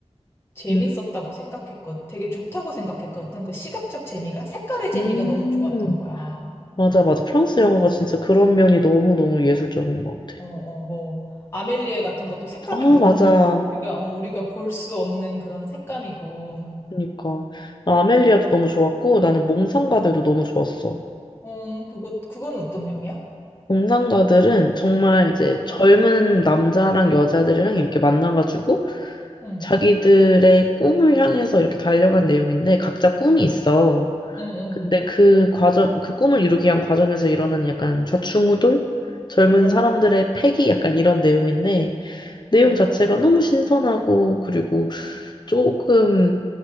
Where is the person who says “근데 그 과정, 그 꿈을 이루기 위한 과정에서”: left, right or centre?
Left